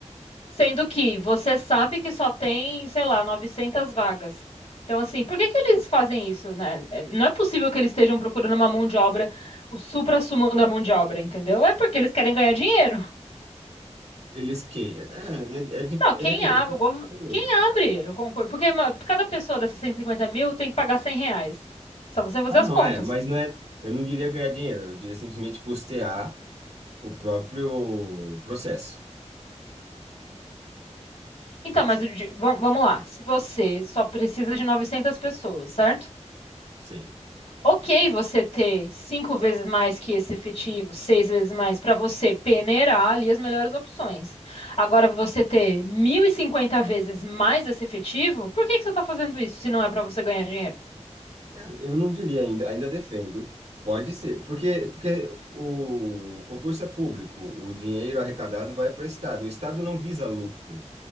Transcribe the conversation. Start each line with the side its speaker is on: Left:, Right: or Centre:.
Left: Sendo que você sabe que só tem, sei lá, 900 vagas. Então, assim, por que que eles fazem isso, né? É, Não é possível que eles estejam procurando uma mão de obra, o suprassumo da mão de obra, entendeu? É porque eles querem ganhar dinheiro.
Right: Eles que... É, é, é, dif-
Left: Não, quem
Right: é,
Left: abre,
Right: é
Left: o gov-
Right: curioso.
Left: quem abre, eu concordo. Porque uma- cada pessoa dessas 150 mil tem que pagar 100 reais. Só você fazer
Right: Ah,
Left: as
Right: não,
Left: contas.
Right: é, mas não é... Eu não diria ganhar dinheiro, eu diria simplesmente custear o próprio processo.
Left: Então,
Right: Sim,
Left: mas de- vam- vamos lá. Se você só precisa de 900 pessoas, certo?
Right: sei.
Left: ok você ter cinco vezes mais que esse efetivo, seis vezes mais, para você peneirar ali as melhores opções. Agora, você ter 1.050 vezes mais esse efetivo, por que que você está fazendo isso se não é para você ganhar dinheiro?
Right: Não, Eu não diria ainda, ainda defendo. Pode ser, porque, porque o concurso é público, o dinheiro arrecadado vai para o Estado. O Estado não visa lucro,